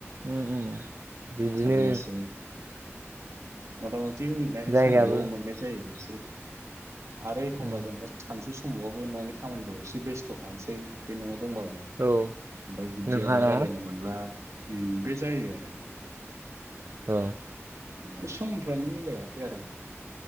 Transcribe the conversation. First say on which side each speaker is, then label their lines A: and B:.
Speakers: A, on the right; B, on the right.
A: उम उम बिदिनो।
B: जारलासो मथा मथि उन्दुनाय
A: जायगायाबो
B: समावल' मोननाय जायो इसे। आरो एखमबा
A: उम
B: जेनेबा सानजु समावबाबो न'नि खामानिफ्राव एसे बेस्थ' थानोसै बे न'आव दंबाबो ओमफ्राय
A: औ
B: बिदियाव
A: नोंहाना
B: रायलायनो मोनला उम बे जायो आरो।
A: औ <unintelligible>
B: ओमफ्राय समफ्रानो मिलायाखै आरो